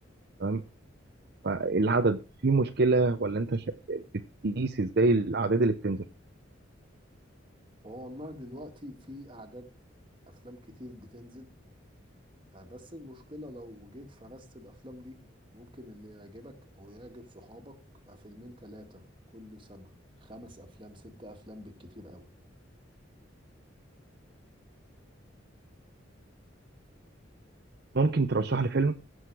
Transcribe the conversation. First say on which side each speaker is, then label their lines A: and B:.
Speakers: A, on the right (about 55°); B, on the right (about 25°).
A: تمام فالعدد في مشكله ولا انت شا- بتقيس ازاي الاعداد اللي بتنزل
B: هو والله دلوقتي في أعداد أفلام كتير بتنزل آه، بس المشكلة لو جيت فرست الأفلام دي ممكن اللي يعجبك أو يعجب صحابك آه، فيلمين تلاتة كل سنة خمس أفلام ست أفلام بالكتير أوي
A: ممكن ترشح لي فيلم